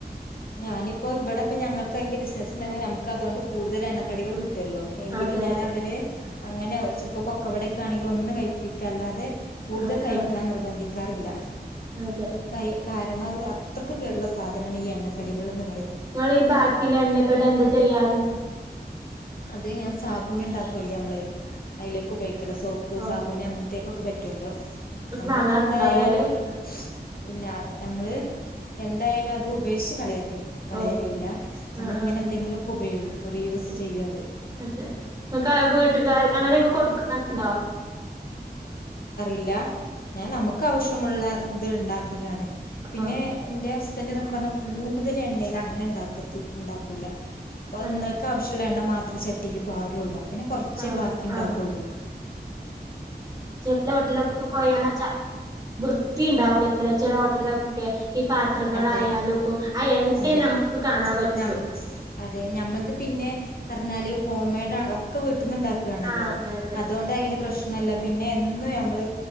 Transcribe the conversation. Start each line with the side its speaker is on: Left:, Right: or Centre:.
Left: ഞാനി ഇപ്പോ ഇവിടെപ്പ ഞങ്ങക്ക് അയിന്റെ ബസിനസ് ഉണ്ടായൊണ്ട് നമുക്ക് അതൊണ്ട് കൂടുതൽ എണ്ണക്കടികൾ കിട്ടും ട്ടല്ലോ എങ്കിലും
Right: അതെ
Left: ഞാൻ
Right: അതെ
Left: അവരെ അങ്ങനെ ഇപ്പൊ കൊക്കവട ക്കാണെങ്കിൽ ഒന്ന് കഴിപ്പി ക്കല്ലാതെ കൂടുതൽ
Right: ആഹ്
Left: കഴിക്കാൻ
Right: ആഹ്
Left: നിർബന്ധി ക്കാറില്ല
Right: അതെ
Left: കയ് കാരണത് അത്രക്ക് കേടുള്ള സാധനാണ് ഈ എണ്ണക്കടികൾ എന്ന് പറ
Right: നിങ്ങളീ ഈ ബാക്കില്ലെ എണ്ണക്കട്ട് എന്താ ചെയ്യാറ്
Left: അത് ഞാൻ സാബൂന് ഉണ്ടാക്കുംല്ലേ നമ്മള് അതിലേക്ക് ഉപയോഗിക്കല സോപ്പ്
Right: ഓ
Left: സാബൂന് അങ്ങന <unintelligible> പറ്റുമല്ലോ നമ്മളത്
Right: വാങ്ങാറുണ്ടാവൂലല്ലേ
Left: എന്തായാലും ഇല്ല നമ്മള് എന്തായാലും അത് വേസ്റ്റ് കളയാ കളയിലില്ല
Right: ഓ
Left: നമ്മള
Right: ആഹ്
Left: ഇങ്ങനെ
Right: ആഹ്
Left: എന്തെങ്കിലൊക്കെ ഉപയോഗിക്ക കുറെ യൂസ് ചെയ്യത്
Right: അതെ ങ്ങക്ക് വീട്ടുകാര് അങ്ങനെയൊക്കെ കൊടുക്കാനുണ്ടോ
Left: ഇല്ലാ ഞാൻ നമുക്കവശ്യ - മുള്ളത് ഇണ്ടാക്കലാണ് പിന്നെ
Right: ആഹ്
Left: ഇന്റെ ഹസ്- ഹസ്ബന്റ് ന്നൊക്കെ പറഞ്ഞാൽ കൂടുതൽ എണ്ണയിൽ അങ്ങനെ ഉണ്ടാക്കത്തി ഉണ്ടാക്കൂല. അപ്പ
Right: അതെ
Left: ഇന്നക്കാവശ്യള്ള എൺ ണ മാ ത്ര ചട്ടീല് പാരോള്ളൂ. അ പ്പപിന്നെ കൊറ്ച്ചേ
Right: ആഹ്
Left: ബാക്കി ഉണ്ടാകൊള്ളു.
Right: ആഹ് ല ഹോട്ടൽലൊക്കെ പോയാലാ ച്ച വൃത്തീ ഇണ്ടാവൂലല്ലോ ചെല ഹോട്ടൽലൊക്കെ ഈ പാത്രങ്ങളായാലും
Left: അതെ
Right: ആ എണ്ണിം
Left: അതെ
Right: നമുക്ക് കാണാൻ പറ്റും.
Left: നം അതെ ഞമ്മൾത് പിന്നെ പറഞ്ഞാല് ഹോംമെയ്ഡാൺലൊ ഒക്കെ വീ ട്ട്ന്ന് ഇണ്ടാക്കാണല്ലോ
Right: ആ അതെ അതെ
Left: അതോണ്ട് അയ്ന്റെ പ്രശ് നല്ല. പിന്നെ എന്നു ഞമ്മള്